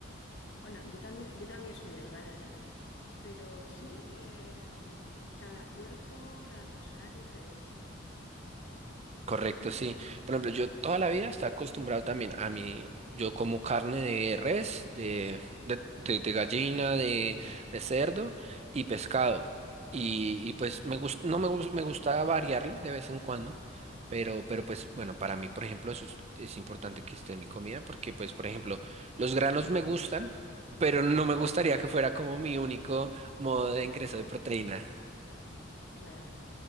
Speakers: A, on the left; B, on the right.
A: bueno, yo también, yo también soy delgada, ¿eh? Pero sí, eh, cada cuerpo, cada persona es diferente.
B: Correcto,
A: Mm,
B: sí. Por ejemplo, yo toda la vida estaba acostumbrado también a mí, yo como carne de res, de, de, de- de gallina, de, de cerdo y pescado. Y, y pues me gust- no me, gus- me gusta variarlo de vez en cuando, pero, pero pues bueno, para mí, por ejemplo, eso es, es importante que esté en mi comida porque pues, por ejemplo, los granos me gustan, pero no me gustaría que fuera como mi único modo de ingreso
A: Claro,
B: de proteína.
A: claro.